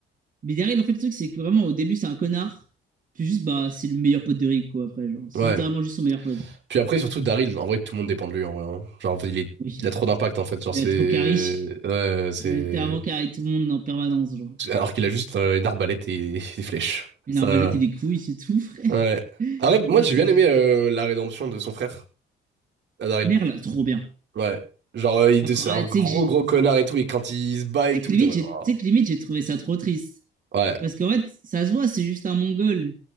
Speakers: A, on the right (about 40°); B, on the right (about 65°).
A: Mais derrière, en fait, le truc, c'est que vraiment, au début, c'est un connard. Puis juste, bah, c'est le meilleur pote de Rick, quoi, après. Genre, c'est
B: Ouais.
A: littéralement juste son meilleur pote.
B: Puis après, surtout, Daryl, en vrai, tout le monde dépend de lui, en vrai. hein. Genre, en fait, il est...
A: Oui.
B: il a trop d'impact, en fait. Genre,
A: Il
B: c'est.
A: a trop carry. <laughs>
B: Ouais, c'est.
A: Il a littéralement carry tout le monde en permanence, genre.
B: Alors qu'il a juste euh, une arbalète et <laughs> des flèches.
A: Une
B: Ça.
A: arbalète et des couilles, c'est tout, <laughs> frère.
B: Ouais. Après, moi,
A: Là,
B: j'ai
A: c'est.
B: bien aimé euh, la rédemption de son frère, à Daryl.
A: Merle, trop bien.
B: Ouais. Genre, euh, il-
A: Après,
B: c'est
A: ah,
B: un
A: tu
B: gros
A: sais que j'ai.
B: gros connard et tout, et quand il se bat et
A: Tu sais
B: tout,
A: que limite,
B: t'es en mode,
A: j'ai
B: oh.
A: tu sais que limite, j'ai trouvé ça trop triste.
B: Ouais.
A: Parce qu'en fait, ça se voit, c'est juste un Mongol.